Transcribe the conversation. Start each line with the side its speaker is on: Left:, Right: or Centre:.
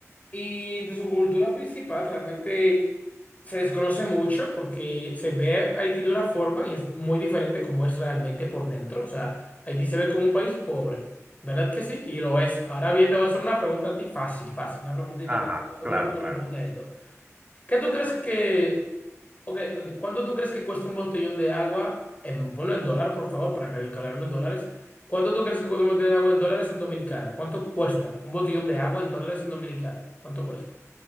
Left: Y de su cultura principal realmente se desconoce mucho porque se ve a Haití de una forma y es muy diferente como es realmente por dentro. O sea, Haití se ve como un país pobre, ¿verdad que sí? Y lo es. Ahora bien, te voy a hacer una pregunta a ti, fácil, fácil, una preguntita
Right: ajá,
Left: a ver cómo
Right: claro,
Left: tú me
Right: claro.
Left: respondes esto. ¿Qué tú crees que Ok, ok. ¿Cuánto tú crees que cuesta un botellón de agua? En, ponlo en dólar, por favor, para calcularlo en dólares. ¿Cuánto tú crees que cuesta un botellón de agua en dólares en Dominicana? ¿Cuánto cuesta un botellón de agua en dólares en Dominicana? ¿Cuánto cuesta?